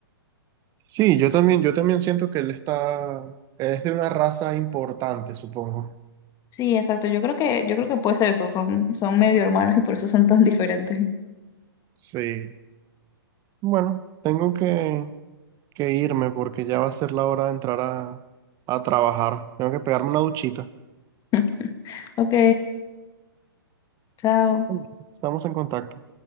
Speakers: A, on the right (about 25°); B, on the left (about 25°).
A: Sí, yo también, yo también siento que él está, es de una raza importante, supongo.
B: Sí, exacto. Yo creo que, yo creo que puede ser eso. Son, son medio hermanos y por eso son tan diferentes.
A: Sí. Bueno, tengo que, que irme porque ya va a ser la hora de entrar a, a trabajar. Tengo que pegarme una duchita.
B: <laughs> Ok, chao.
A: Sí. Estamos en contacto.